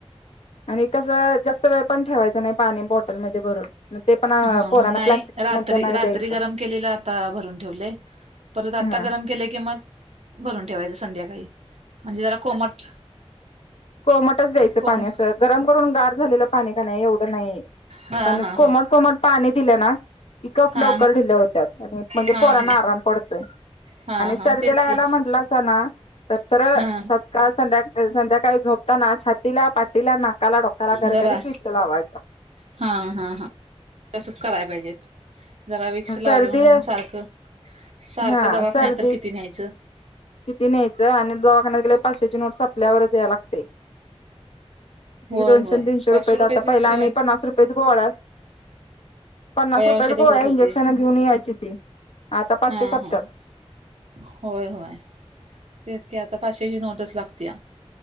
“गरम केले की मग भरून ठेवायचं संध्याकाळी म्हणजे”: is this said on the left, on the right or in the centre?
Right